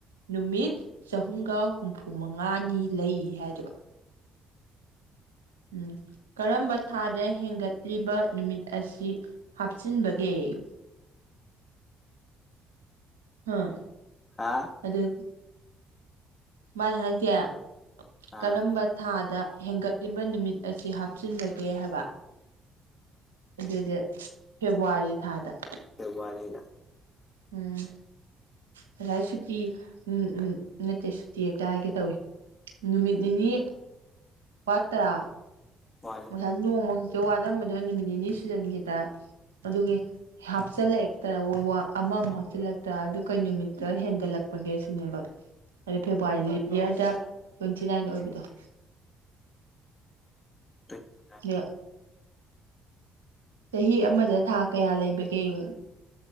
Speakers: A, on the right; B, on the left.
A: ꯅꯨꯃꯤꯠ ꯆꯍꯨꯝꯒ ꯍꯨꯝꯐꯨꯃꯉꯥꯅꯤ ꯂꯩ ꯍꯥꯏꯗ‌ꯣꯏꯕ ꯫ ꯎꯝ ꯀꯔꯝꯕ ꯊꯥꯗ ꯍꯦꯟꯒꯠꯂꯤꯕ ꯅꯨꯃꯤꯠ ꯑꯁꯤ ꯍꯥꯞꯆꯤꯟꯕꯒꯦ? ꯍꯥꯥ
B: ꯍꯥꯥ
A: ꯑꯗꯨ ꯃꯥꯅ ꯍꯥꯏꯁꯦ
B: ꯑꯥ
A: ꯀꯔꯝꯕ ꯊꯥꯗ ꯍꯦꯟꯒꯠꯂꯤꯕ ꯅꯨꯃꯤꯠ ꯑꯁꯤ ꯍꯥꯞꯆꯤꯟꯕꯒꯦ ꯍꯥꯏꯕ ꯫ ꯑꯗꯨꯗꯤ ꯐꯦꯕꯋꯥꯔꯤ ꯊꯥꯗ ꯫
B: ꯐ‌ꯦꯕꯋꯥꯔꯤꯅ
A: ꯎꯝ ꯉꯖꯥꯏ ꯁꯨꯇꯤ ꯎꯝ ꯎꯝ ꯅꯠꯇꯦ ꯁꯨꯇꯤ ꯍꯦꯛꯇꯥ ꯍꯏꯒꯦ ꯇꯧꯋ‌ꯦ ꯫ ꯅꯨꯃꯤꯠ ꯅꯤꯅꯤ ꯋꯥꯠꯇꯔꯥ?
B: ꯋꯥꯠ
A: ꯉꯁꯥꯏ ꯅꯣꯡꯃ ꯈꯛꯇ ꯋꯥꯠꯂꯝꯕꯗꯨ ꯅꯨꯃꯤꯠ ꯅꯤꯅꯤ ꯁꯨꯖꯟꯈꯤꯗ ꯑꯗꯨꯒꯤ ꯍꯥꯞꯆꯤꯜꯂꯛꯇ꯭ꯔ ꯑꯃꯃꯨꯛ ꯍꯥꯞꯆꯤꯜꯂꯛꯇꯔꯥ ꯑꯗꯨ ꯀꯩ ꯅꯨꯃꯤꯠꯇ ꯍꯦꯟꯒꯠꯂꯛꯄꯒꯦ ꯁꯤꯅꯦꯕ ꯫ ꯍꯥꯏꯗꯤ ꯐꯦꯕꯋꯥꯔꯤ ꯂꯤꯞ ꯏꯌꯥꯔꯗ ꯇ꯭ꯋꯦꯟꯇꯤ ꯅꯥꯏꯟ ꯑꯣꯏꯕꯗꯣ ꯫
B: ꯇ‌ꯣꯏꯟ
A: ꯑ ꯆꯍꯤ ꯑꯃꯗ ꯊꯥ ꯀꯌꯥ ꯂꯩꯕꯒꯦ?